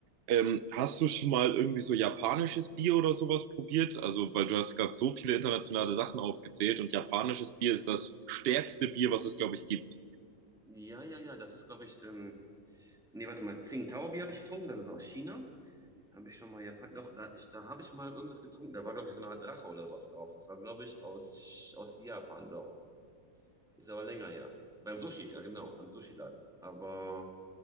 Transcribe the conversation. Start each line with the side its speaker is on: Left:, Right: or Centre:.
Right: Ähm, hast du schon mal irgendwie so japanisches Bier oder sowas probiert? Also, weil du hast gerade so viele internationale Sachen aufgezählt und japanisches Bier ist das stärkste Bier, was es, glaube ich, gibt.
Centre: Ja, ja, ja, das ist, glaube ich, ähm, nee, warte mal, Tsingtao-Bier habe ich getrunken, das ist aus China. Habe ich schon mal Japan, doch, da, ich, da habe ich mal irgendwas getrunken, da war, glaube ich, so eine Art Drache oder was drauf. Das war, glaube ich, aus, Ch- aus Japan, doch. Ist aber länger her. Beim Sushi, ja, genau, am Sushi-Laden. Aber